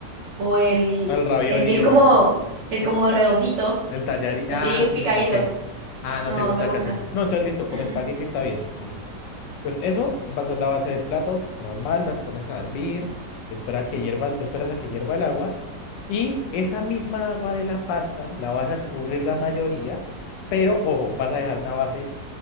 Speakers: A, on the right; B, on the left.
A: o el,
B: el ravioli
A: el que es
B: o...
A: como, el
B: ex-
A: como redondito,
B: El tallarín.
A: así
B: Ah, sí,
A: picadito.
B: ok. Ah,
A: No,
B: no te gusta
A: no me gustan.
B: casi. No, entonces listo, con
A: Mm,
B: espagueti
A: mm.
B: está bien. Listo. Pues eso va a ser la base del plato. Normal, las pones a hervir. Espera a que hierva, esperas a que hierva el agua. Y esa misma agua de la pasta la vas a escurrir la mayoría. Pero ojo, vas a dejar una base